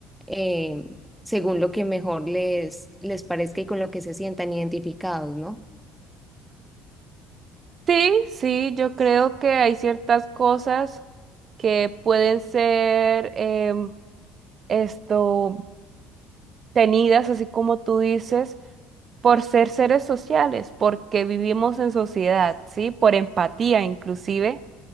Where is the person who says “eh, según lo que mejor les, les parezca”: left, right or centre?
Centre